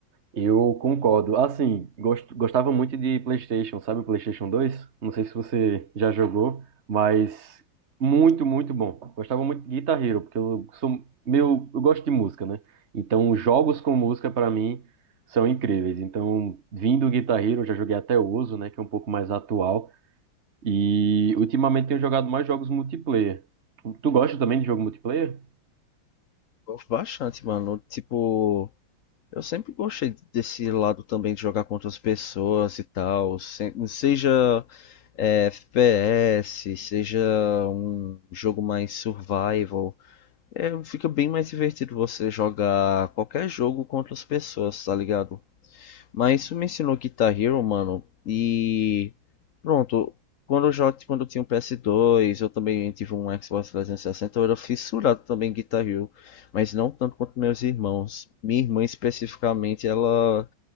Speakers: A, on the right; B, on the left.
A: Eu concordo. Assim, gost- gostava muito de PlayStation, sabe o PlayStation dois. Não sei se você já jogou, mas muito, muito bom. Gostava muito de Guitar Hero, porque eu sou meu, eu gosto de música, né? Então, jogos com música pra mim são incríveis. Então, vindo do Guitar Hero, eu já joguei até o Ozo, né, que é um pouco mais atual, e ultimamente tenho jogado mais jogos multiplayer. Tu gosta também de jogo multiplayer?
B: Gosto bastante, mano. Tipo, eu sempre gostei desse lado também de jogar contra as pessoas e tal. Se- Seja é, FPS, seja um jogo mais survival. É, fica bem mais divertido você jogar qualquer jogo contra as pessoas, tá ligado? Mas isso me ensinou Guitar Hero, mano. E pronto, quando eu já, quando eu tinha um PS2, eu também tive um Xbox 360, eu era fissurado também em Guitar Hero, mas não tanto quanto meus irmãos. Minha irmã especificamente, ela